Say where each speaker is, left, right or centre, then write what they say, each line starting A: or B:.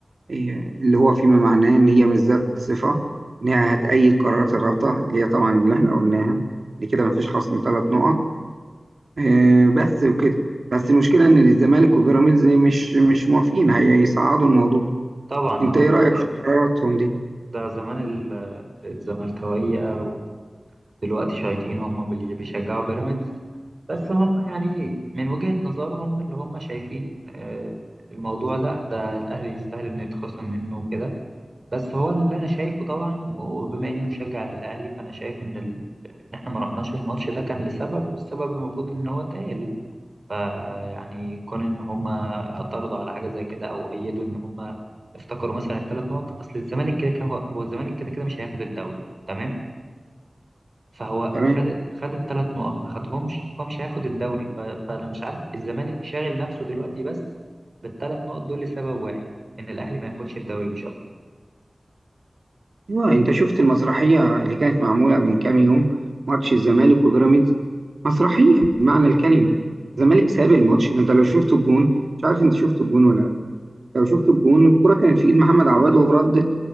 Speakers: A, on the right; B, on the right.
A: آه، اللي هو فيما معناه ان هي مش ذات صفه ان هي هتأيد قرارات الرابطه اللي هي طبعا اللي احنا قلناها دي كده مفيش خصم ثلاث نقط آه، بس وكده بس المشكلة إن الزمالك وبيراميدز مش مش موافقين هيصعدوا الموضوع
B: طبعا
A: أنت إيه رأيك
B: أه
A: في قراراتهم دي؟
B: ده زمان ال- الزملكاوية ودلوقتي شياطين هم اللي بيشجعوا بيراميدز بس هم يعني من وجهة نظرهم اللي هم شايفين آه، الموضوع لا ده الأهلي يستاهل إنه يتخصم منه وكده بس هو اللي أنا شايفه طبعا وبما إني مشجع للأهلي فأنا شايف إن ال- إن إحنا ما رحناش الماتش ده كان لسبب والسبب المفروض إن هو اتقال فيعني كون ان هم اعترضوا على حاجه زي كده او ايدوا ان هم افتكروا مثلا الثلاث نقط اصل الزمالك كده كده هو هو الزمالك كده كده مش هياخد الدوري تمام فهو
A: تمام
B: خد خد الثلاث نقط ما خدهمش هو مش هياخد الدوري ف... فانا مش عارف الزمالك شاغل نفسه دلوقتي بس بالثلاث نقط دول لسبب واحد ان الاهلي ما ياخدش الدوري مش اكتر
A: أيوه أنت شفت المسرحية اللي كانت معمولة من كام يوم ماتش الزمالك وبيراميدز مسرحية بمعنى الكلمة الزمالك ساب الماتش ده، أنت لو شفت الجون مش عارف أنت شفت الجون ولا لأ لو شفت الجون الكرة كانت في إيد محمد عواد وردت